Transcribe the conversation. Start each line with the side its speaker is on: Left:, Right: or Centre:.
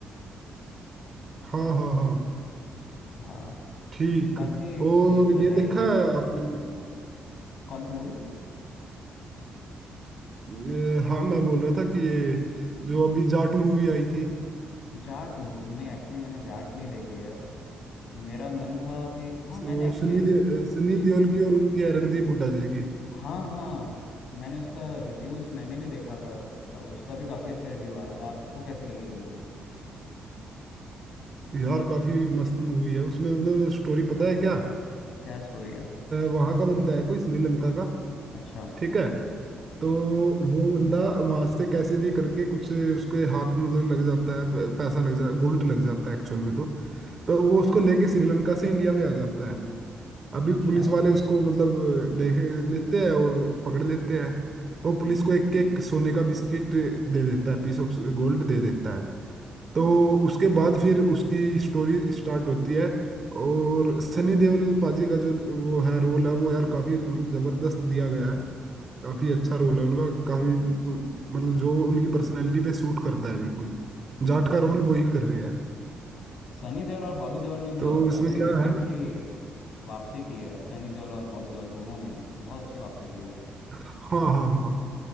Right: हाँ हाँ हाँ
Left: हाँ
Right: ठीक
Left: बाकी
Right: और
Left: ये तो
Right: ये
Left: है
Right: देखा
Left: ही
Right: है आपने
Left: कौन सी मूवी
Right: ये, हाँ मैं बोल रहा था कि ये जो अभी जाट मूवी आई थी
Left: जाट मूवी नहीं एक्चुअली मैंने जाट नहीं देखी है मेरा मन था अभी हाँ मैंने
Right: वो
Left: एक्चुअली
Right: सनी दे, सनी देओल की और उनकी रणदीप हुड्डा जी की
Left: हाँ हाँ मैंने उसका रिव्यूज मैंने भी देखा था का- उसका भी काफी अच्छा रिव्यू आ रहा था आपको कैसी लगी वो मूवी
Right: यार काफी मस्त मूवी है उसमें मतलब स्टोरी पता है क्या आ,
Left: क्या स्टोरी है
Right: वहां का बंदा है कोई श्रीलंका का
Left: अच्छा
Right: ठीक है तो वो बंदा वहां से कैसे भी करके कुछ उसके हाथ में मतलब लग जाता है प- पैसा लग जाता है गोल्ड लग जाता है एक्चुअल में तो तो वो उसको लेके श्रीलंका से इंडिया में आ जाता है अभी
Left: अच्छा
Right: पुलिस वाले उसको मतलब देख लेते हैं और पकड़ लेते हैं वो पुलिस को एक एक सोने का बिस्किट दे देता है पीस ऑफ गोल्ड दे देता है तो उसके बाद फिर उसकी स्टोरी स्टार्ट होती है और सनी देओल पाजी का जो वो है रोल है वो यार काफी मतलब जबरदस्त दिया गया है काफी अच्छा रोल है उनका काफी मतलब जो उनकी पर्सनैलिटी पे सूट करता है बिल्कुल जाट का रोल वही कर रहे हैं
Left: सनी देओल और बॉबी देओल ने जो
Right: तो इसमें
Left: अभी रिसेंटली
Right: क्या है
Left: वापसी की है सनी देओल और बॉबी देओल दोनों ने बहुत अच्छी वापसी की है
Right: हाँ हाँ हाँ